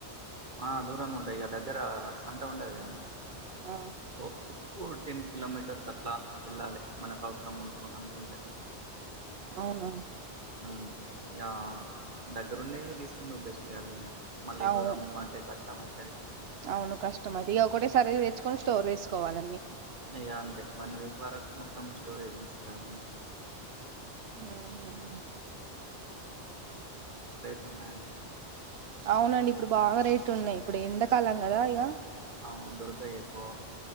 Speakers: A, on the right; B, on the right.
A: ఆ దూరంగ ఉంటాయి ఇగ దగ్గర సంత ఉండదిగ అండి
B: ఆ,
A: ఓ ఓ టెన్ కిలోమీటర్స్ అట్లా వెళ్ళాలి మనకు అవసరం ఉన్ అను ఉంటే
B: అవునా
A: మ్ యా దగ్గరుండే తీసుకొనుడు బెస్ట్ కద ఇగ మళ్ళీ
B: అవును
A: దూరము అంటే కష్టం అయితది
B: అవును కష్టం అది ఇక ఒకటే సారి తెచ్చుకొని స్టోర్ చేసుకోవాలన్నీ
A: ఇగ అంతే వన్ వీక్ వరకు మొత్తం స్టోరేజ్ ఉంచుతామని
B: మ్ హు
A: లున్నాయండి
B: అవునండి ఇప్పుడు బాగా రేట్లు ఉన్నాయ్ ఇప్పుడు ఎండకాలం కదా ఇగ
A: అవును దుర్గయకో